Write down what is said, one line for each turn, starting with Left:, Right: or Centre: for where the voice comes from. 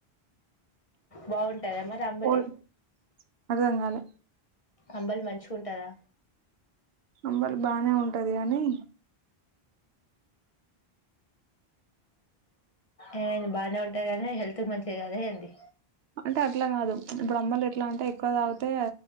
Left: బాగుంటాదా అంబలి
Right: పోల్ అర్థం కాలే
Left: అంబలి మంచిగుంటదా
Right: అంబలి బాగానే ఉంటది కాని
Left: ఏమైంది బాగానే ఒంటరిగానే హెల్త్ మంచిదికాదే ఏంది
Right: అంటే అట్లా కాదు ఇప్పుడు అంబలే ఇట్లా అంటే ఎక్కువ తాగితే